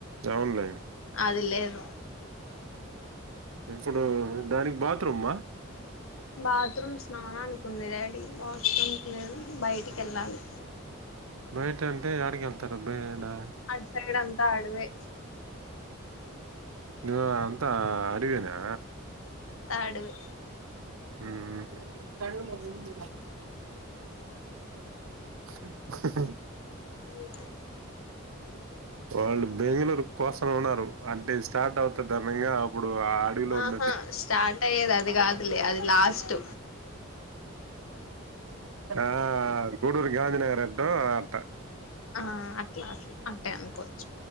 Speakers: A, on the right; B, on the left.
A: అవునులే
B: అది లేదు
A: ఇప్పుడు డాడీకి బాత్రూమ్మా
B: బాత్రూమ్ స్నానానికుంది డాడీ వాష్రూమ్కి లేదు బయటికెళ్ళాలి
A: బయటంటే యాడికెళ్తారబ్బాయయినా
B: అడ్ సైడ్ అంతా అడవే
A: వా అంతా అడివేనా
B: ఆడవే
A: ఉమ్ హహ్
B: ఉ ఆ
A: వాళ్ళు బెంగళూరు కోసన ఉన్నారు అంటే స్టార్ట్ అవుతధనంగా అప్పుడు ఆ అడవిలో
B: ఆహా
A: ఉన్నట్టు
B: స్టార్ట్ అయ్యేది అది కాదులే అది లాస్ట్
A: ఆ గూడూరు గాంధీ నగర్ ఎట్టో అదట్టా
B: ఆ అట్లా అట్లా అట్టే అనుకోవచ్చు